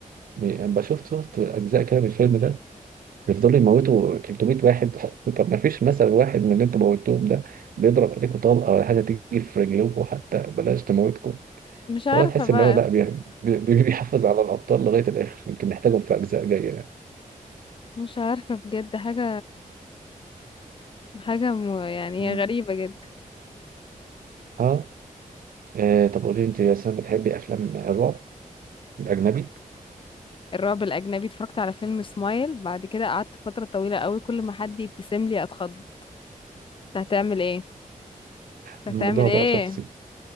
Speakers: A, on the right; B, on the left.
A: بي- يعني بشوف شفت أجزاء كده من الفيلم ده بيفضلوا يموتوا 300 واحد <laughs> طب ما فيش مثل واحد من اللي أنتوا موتوهم ده بيضرب عليكم طلقة ولا حاجة تيجي في رجلكم حتى بلاش تموتكم
B: مش
A: فهو
B: عارفة
A: تحس
B: بقى
A: ان هو لا بي- بي- بيحافظ على الابطال لغايه الاخر يمكن نحتاجهم في اجزاء جايه يعني
B: مش عارفة بجد حاجة حاجة م... يعني
A: مم.
B: هي غريبة جدا
A: اه آه، طب قولي انت يا سنة بتحبي افلام الرعب الاجنبي
B: الرعب الأجنبي اتفرجت على فيلم سمايل بعد كده قعدت فترة طويلة قوي كل ما حد يبتسم لي اتخض أنت هتعمل ايه
A: الموضوع
B: أنت هتعمل ايه
A: بقى شخصي